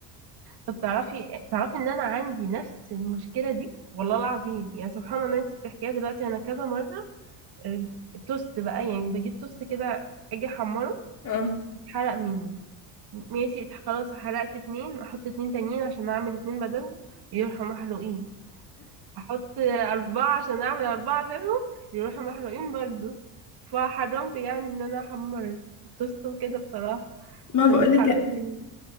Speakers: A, on the right (about 50°); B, on the left (about 35°).
A: طب تعرفي تعرفي ان انا عندي نفس المشكله دي والله العظيم يعني سبحان الله انت بتحكيها دلوقتي انا كذا مره آه، التوست بقى يعني بجيب توست كده اجي احمره
B: اه
A: يتحرق مني ماشي اتح- خلاص حرقت اتنين احط اتنين تانيين عشان اعمل اتنين بدلهم يروحوا محروقين احط اربعة عشان اعمل اربعة غيرهم يروحوا محروقين برضو فحرمت يعني ان انا احمر التوست وكده بصراحة
B: ما
A: عشان
B: بقولك
A: بيتحرق مني